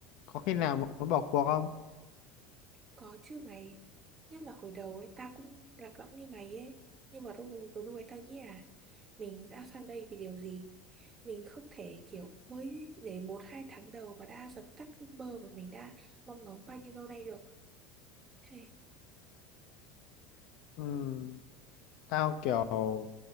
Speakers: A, on the left; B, on the right.
A: có khi nào muốn bỏ cuộc không
B: Có chứ mày Nhất là hồi đầu ấy Tao cũng lạc lõng như mày ấy Nhưng mà lúc lúc lúc ấy tao nghĩ là Mình đã sang đây vì điều gì Mình không thể kiểu mới để một hai tháng đầu Mà đã dập tắt ước mơ mà mình đã mong ngóng bao nhiêu lâu nay được Hey,
A: Ừm, tao kiểu